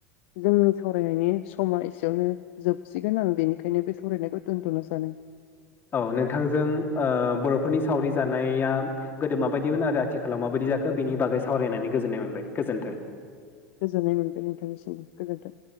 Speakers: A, on the left; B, on the left.
A: जोंनि सावरायनायनि समा एसेयावनो जोबसिगोन आं बेनिखायनो बे सावरायनायखौ दोनथ'नो सानो
B: औ नोंथांजों ओ बर'फोरनि सावरि जानाया गोदो माबायदिमोन आरो आथिखालाव माबायदि जाखो बेनि बागै सावरायनानै गोजोननाय मोनबाय गोजोन्थों
A: गोजोननाय मोनबाय नोंथांनिसिमबो गोजोन्थों